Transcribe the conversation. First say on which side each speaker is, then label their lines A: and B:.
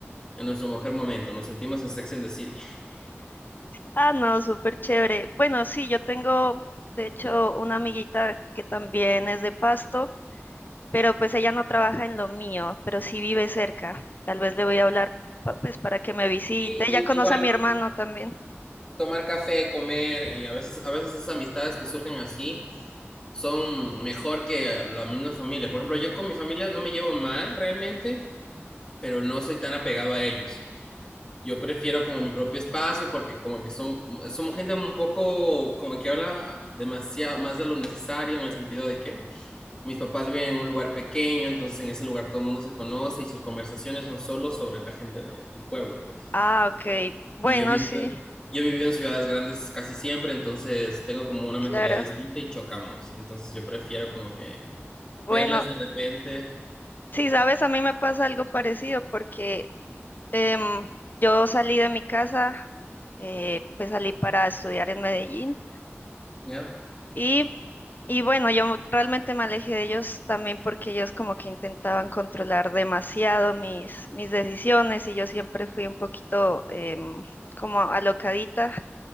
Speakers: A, on the left; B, on the left.
A: en nuestro mejor momento, nos sentimos en Sex and the City.
B: Ah, no, súper chévere. Bueno, sí, yo tengo, de hecho, una amiguita que también es de Pasto, pero pues ella no trabaja en lo mío, pero sí vive cerca. Tal vez le voy a hablar, pa- pues, para que me visite.
A: Y,
B: Ella
A: y
B: conoce
A: igual
B: a mi hermano también.
A: tomar café, comer y a veces, a veces esas amistades que surgen así son mejor que la misma familia. Por ejemplo, yo con mi familia no me llevo mal realmente, pero no soy tan apegado a ellos. Yo prefiero como mi propio espacio porque como que son, somos gente un poco como que habla demasiado más de lo necesario en el sentido de que mis papás viven en un lugar pequeño, entonces en ese lugar todo el mundo se conoce y sus conversaciones son solo sobre la gente de- del pueblo, pues.
B: Ah, ok. Bueno,
A: Y yo he vivido,
B: sí,
A: yo he vivido en ciudades grandes casi siempre, entonces tengo como una
B: claro.
A: mentalidad distinta y chocamos. Entonces yo prefiero como que
B: Bueno,
A: verles de repente,
B: sí, sabes, a mí me pasa algo parecido porque Em, yo salí de mi casa, eh, pues salí para estudiar en Medellín
A: ¿ya?
B: y, y bueno, yo realmente me alejé de ellos también porque ellos como que intentaban controlar demasiado mis, mis decisiones y yo siempre fui un poquito em, como alocadita